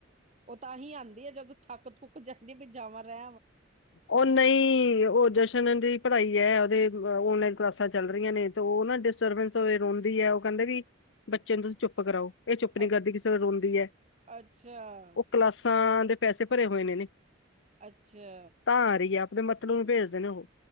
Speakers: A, on the right; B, on the left.
A: ਓ ਤਾਂ ਹੀ ਆਉਂਦੀ ਆ ਜਦੋਂ ਥੱਕ ਥੁੱਕ ਜਾਂਦੀ ਵੀ ਜਾਵਾਂ ਰਹਿਣ।
B: ਓ ਨਈਂ ਉਹ ਜ ਦੀ ਪੜ੍ਹਾਈ ਐ ਉਹਦੇ ਔਨਲਾਈਨ ਕਲਾਸਾਂ ਚੱਲ ਰਹੀਆਂ ਨੇ ਤੇ ਉਹ ਨਾ ਡਿਸਟਰਬੈਂਸ ਓਵੇ ਰੋਂਦੀ ਐ ਓ ਓ ਕਹਿੰਦੇ ਵੀ ਬੱਚੇ ਨੂੰ ਤੁਸੀਂ ਚੁੱਪ ਕਰਾਓ ਇਹ ਚੁੱਪ ਨੀ
A: ਅੱਛ
B: ਕਰਦੀ ਕਿਸੇ ਵੇਲੇ ਰੋਂਦੀ ਐ,
A: ਅੱਛਾ
B: ਉਹ ਕਲਾਸਾਂ ਦੇ ਪੈਸੇ ਭਰੇ ਹੋਏ ਨੇ ਨੇ।
A: ਅੱਛਾ।
B: ਤਾਂ ਆ ਰਈ ਆ ਆਪਣੇ ਮਤਲੂਬ ਨੂੰ ਭੇਜਦੇ ਨੇ ਉਹ।